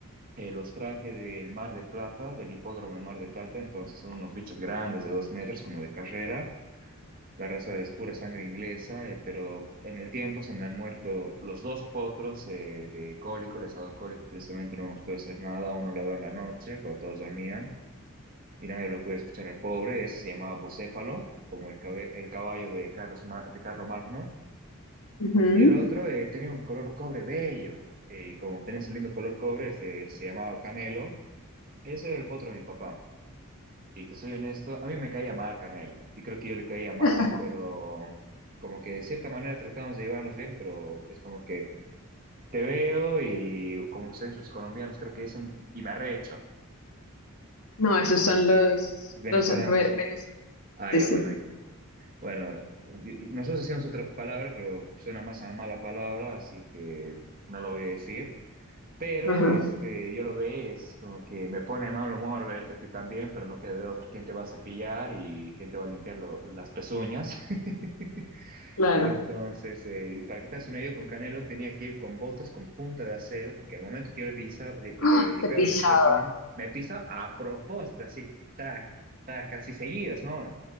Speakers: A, on the right; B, on the left.
A: eh, los traje del Mar de Plata, del hipódromo de Mar de Plata. Entonces, son unos bichos grandes de dos metros, como de carrera. La raza es pura sangre inglesa, eh, pero en el tiempo se me han muerto los dos potros eh, de cólico, les ha dado cólico, tristemente no nos puede hacer nada, uno le ha dado en la noche, cuando todos dormían, y nadie lo puede escuchar al pobre, ese se llamaba Bucéfalo, como el, cabe- el caballo de Carlos Ma- de Carlo Magno,
B: Ujú.
A: y el otro eh, tenía un color cobre bello, eh, y como tenía ese lindo color cobre, se, se llamaba Canelo, ese era el potro de mi papá. Y te soy honesto, a mí me caía mal Canelo, y creo que yo le caía mal,
B: <laughs>
A: pero como que de cierta manera tratamos de llevarnos bien, pero es como que te veo y como ustedes los colombianos creo que dicen, y me arrecho,
B: No,
A: y es
B: esos
A: como
B: son los,
A: los venezolanos.
B: los ve- venezolanos.
A: Ah,
B: Sí,
A: ya,
B: sí.
A: bueno, eh. bueno, y- y nosotros decíamos otra palabra, pero suena más a mala palabra, así que no lo voy a decir. Pero
B: Ajá,
A: este, yo lo veo, es como que me pone de mal humor verte a ti también, pero no queda de otra. ¿Quién te va a cepillar y quién te va a limpiar lo- las pezuñas? <laughs>
B: claro.
A: Entonces, eh, para que te hagas una idea, con Canelo tenía que ir con botas con punta de acero, porque al momento que yo le, pisa, le,
B: ¡Ah!
A: le limpiaba
B: Te pisaba.
A: las pezuñas, me pisa a propósito, así, tac, tac, así seguidas, ¿no?